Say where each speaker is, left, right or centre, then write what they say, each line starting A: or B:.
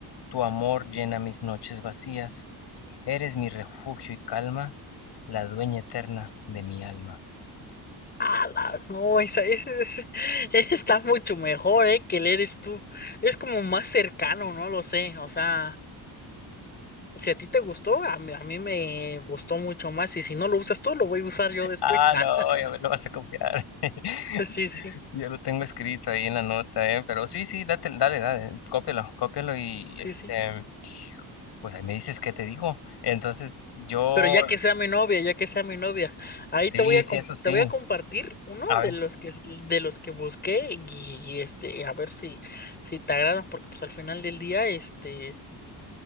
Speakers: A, on the left; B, on the left.
A: tu amor llena mis noches vacías, eres mi refugio y calma, la dueña eterna de mi alma.
B: Ah, no, esa, ese, ese- <laughs> está mucho mejor, ¿eh? Que el eres tú. Es como más cercano, no lo sé. O sea, si a ti te gustó, a mí, a mí me gustó mucho más. Y si no lo usas tú, lo voy a usar yo después.
A: Ah,
B: <laughs>
A: no, ya me lo vas a copiar. <laughs>
B: Sí, sí,
A: Ya lo tengo escrito ahí en la nota, ¿eh? Pero sí, sí, date, dale, dale, cópialo, cópialo y
B: sí,
A: este,
B: sí.
A: Pues ahí me dices qué te digo. Entonces, yo,
B: Pero ya que sea mi novia, ya que sea mi novia, ahí
A: sí,
B: te voy a com-
A: sí, eso
B: te
A: sí.
B: voy a compartir uno
A: A ver,
B: de los que de los que busqué y, y, este a ver si si te agradan porque pues al final del día este